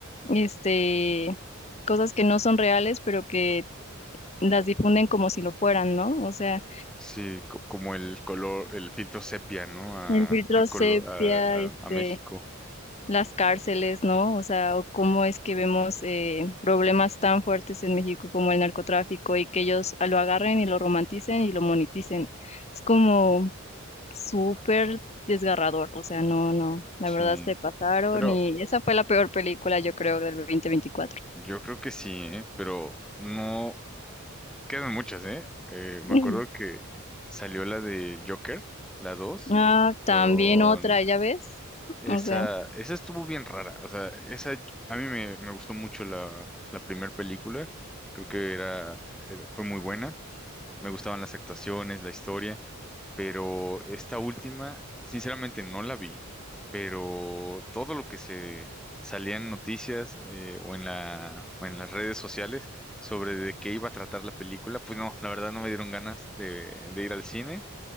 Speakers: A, on the left; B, in the centre.
A: este cosas que no son reales, pero que las difunden como si lo fueran, ¿no? O sea,
B: Sí, co- como el color, el filtro sepia, ¿no? A,
A: el filtro
B: al
A: sepia,
B: color, a, a-
A: este,
B: a México.
A: las cárceles, ¿no? O sea, o cómo es que vemos eh, problemas tan fuertes en México como el narcotráfico y que ellos lo agarren y lo romanticen y lo moneticen. Es como súper desgarrador, o sea, no, no, la
B: Sí.
A: verdad se pasaron
B: Pero
A: y esa fue la peor película, yo creo, del 2024.
B: yo creo que sí, ¿eh? Pero no quedan muchas, ¿eh? Eh,
A: <laughs>
B: me acuerdo que salió la de Joker, la dos
A: Ah, también
B: con
A: otra, ¿ya ves?
B: esa,
A: O sea,
B: esa estuvo bien rara. O sea, esa, a mí me, me gustó mucho la, la primera película. Creo que era, era- fue muy buena. Me gustaban las actuaciones, la historia. pero esta última, sinceramente no la vi, pero todo lo que se salía en noticias eh, o en la, o en las redes sociales sobre de qué iba a tratar la película, pues no, la verdad no me dieron ganas de, de ir al cine